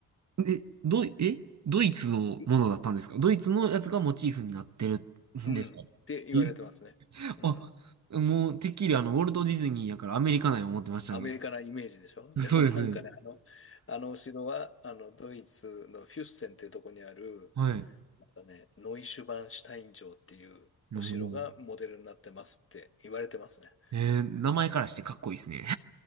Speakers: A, on the right; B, on the left.
A: え、ど、え、ドイツのものだったんですかドイツのやつがモチーフになってる
B: いうん。
A: んですか
B: って言われてますね。
A: え
B: うん。
A: あ、もう、てっきりあの、ウォルト・ディズニーやからアメリカなんや思ってましたね。
B: アメリカなイメージでしょ
A: <laughs>
B: <laughs> でもなんかね、
A: そうですね。
B: あの、あのお城は、あの、ドイツのフュッセンっていうところにある、
A: はい。
B: だね、ノイシュバンシュタイン城っていうお城がモデルになってますって言われてますね。
A: もうえー、名前からしてかっこいいですね。